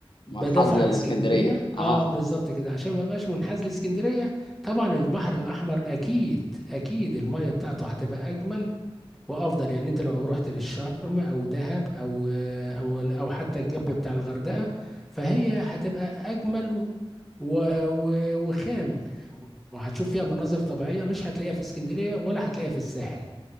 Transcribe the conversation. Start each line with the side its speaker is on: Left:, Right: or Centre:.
Centre: بدافع
Left: من حظ الاسكندريه
Centre: عن اسكندريه اه
Left: اه
Centre: بالظبط كده عشان ما بقاش منحاز لاسكندريه طبعا البحر الاحمر اكيد اكيد الميه بتاعته هتبقى اجمل وافضل يعني انت لو رحت للشرم او دهب او او او حتى الجنب بتاع الغردقه فهي هتبقى اجمل و و- وخام وهتشوف فيها مناظر طبيعيه مش هتلاقيها في اسكندريه ولا هتلاقيها في الساحل